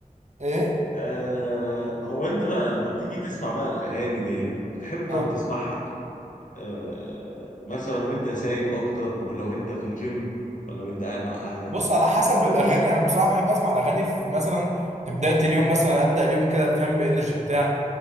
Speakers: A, on the right (about 55°); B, on the left (about 65°).
A: ايه
B: آه هو انت بقى لما بتيجي تسمع بقى الاغاني دي بتحب تقعد
A: آه.
B: تسمعها آه مثلا وانت سايق اكتر ولا وانت في الجيم ولا وانت قاعد مع اهلك
A: بص على حسب
B: بتحب
A: الاغاني
B: تسمع
A: انا بصراحه بحب اسمع الاغاني في مثلا في بدايه اليوم مثلا ابدا اليوم كده فاهم بانرجي بتاع